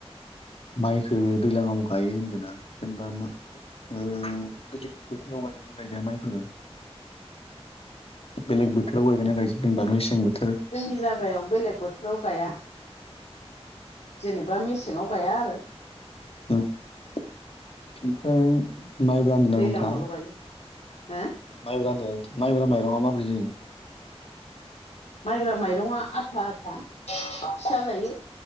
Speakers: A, on the left; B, on the left.
A: माइखो दैलाङाव गायो होनदोंना जेनेबा ओ बेलेग बोथोराव गायजानो गायजाया माइफोर बेलेग बोथाराव गायगोना गायजाया जेनेबा मेसें बोथ
B: जोंनि जायगायाव बेलेग बोथ राव गाया जेनेबा मेसेङाव गाया आरो
A: ओमफ्राय माइब्रा‌ होनदोंना
B: दैलाङावल'
A: नोथां
B: गायो हो
A: माइब्रा होनदों माइब्रा माइरङा माबोरै जायो
B: माइब्रा माइरङा आथा आथा फिथा जायो